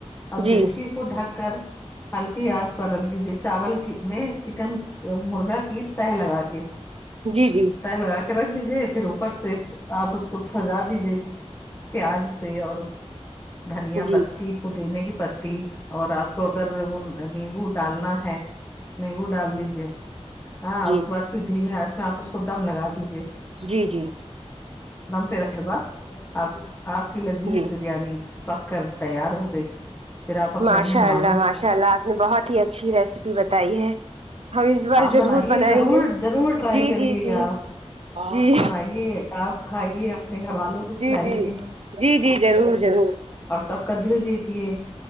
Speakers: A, on the left; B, on the right.
A: اب
B: جی
A: دچکی
B: جی جی
A: کو ڈھک کر ہلکی آچ پر رکھ دیجے چاول میں چکن مرغا کی تیر لگا کے
B: جی جی جی جی
A: تیر لگا کے رکھ دیجیے پھر اوپر سے آپ اس کو سجا دیجیے پیاز سے اور دھنیا
B: جی جی جی جی
A: پتی پودینے کی پتی اور آپ کو اگر وہ نیمبو ڈالنا ہے نہیں وہ ڈال دیجے ہاں
B: جی
A: اس کے بعد پھر دھیمی آنچ میں آپ اس کو دم لگا دیجیے
B: جی جی
A: دم پہ رکر بات آپ آپ کی لذیذ
B: جی
A: بریانی پکر تیار ہو گئی پھر آپ اپنے
B: ماشاء
A: مہمانوں
B: اللہ ماشاء
A: کو
B: اللہ آپ نے بہت ہی اچھی ریسیپی بتائی ہے ہم اس بار
A: آپ
B: ضرور
A: بنائیے
B: بنائیں
A: ضرور
B: گے
A: ضرور ٹرائی
B: جی
A: کریے
B: جی جی
A: گا آپ
B: جی
A: بنائیے آپ کھائیے اپنے گھر والوں کو
B: جی
A: کھلائیے
B: جی جی جی ضرور ضرور
A: اور سب کا دل جیتیے